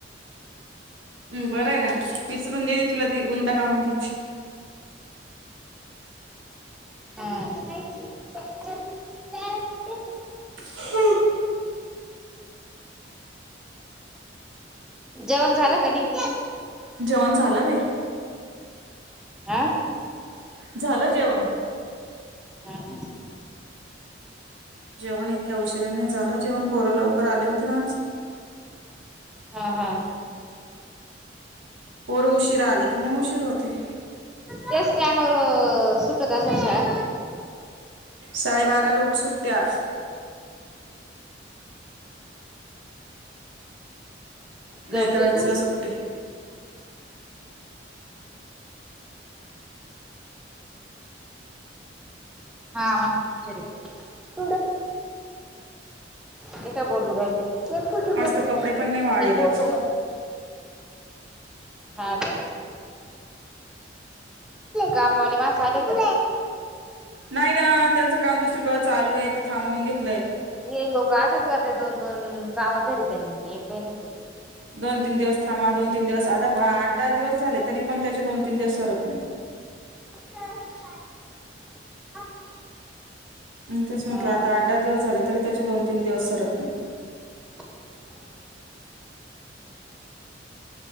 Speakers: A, on the right (about 85°); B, in the centre.
A: हं, बरं आहे ना विसरून दे ती तुला ती गुंता काढून देते
B: हा
A: हम्म
B: जेवण झाल का नाही?
A: जेवण, झालं बाई.
B: आं
A: झाल जेवण.
B: हा
A: जेवण इतक्या उशिऱ्याने, झालं जेवण पोर लवकर आले होते ना आज
B: हा, हा
A: पोर उशीरा आले की मग उशीर होते.
B: त्याच टाईमवर सुटत आसन शाळा.
A: साडेबाराला उठ सुटते आज नाहीता
B: गप काय
A: अडीचला
B: तू
A: सुटते.
B: हा माझी टिचर हॆ. ते काय बोलू राहिलो, ते
A: आज तर कपडे पण नाही वाळेल
B: फोटो
A: आज
B: हा, का कामवाले माणसं आले का?
A: नाही ना त्यांचं काम दुसरीकळं चालू आहे, तर थांबून घेत
B: हे लोक आशेच करत्यात दोन, दोन काम धरीतेन एकही नाय क
A: दोन, तीन दिवस थांमा, दोन तीन दिवस, आता आठ दहा दिवस झाले तरी पण त्याचे दोन तीन दिवस सरत नाही.
B: <unintelligible>
A: तेच म्हटलं,
B: हा
A: आता आठ दहा दिवस झाले, तरी त्याचे दोन तीन दिवस सरत नाही.
B: <unintelligible>